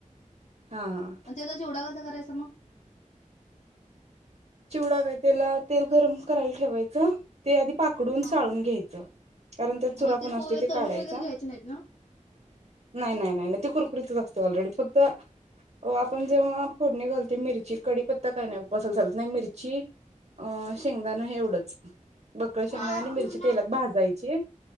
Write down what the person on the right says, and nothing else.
हा हा
चिवडा काय त्याला तेल गरम करायला ठेवायच ते आध पाकडून
साळून घ्यायचं कारण त्यात चुरा
पण असतो
ते
काढायचा
नाही नाही नाही नाही कुरकुरीतच असते ऑलरेडी फक्त आपण जेव्हा फोडणी घालते मिरची कडीपत्ता काय नाही. ऊपासाला चालत नाही मिरची अ शेंगदाण हे एवढंच. बक
शेंग
आणि मिरची तेलात भाजायची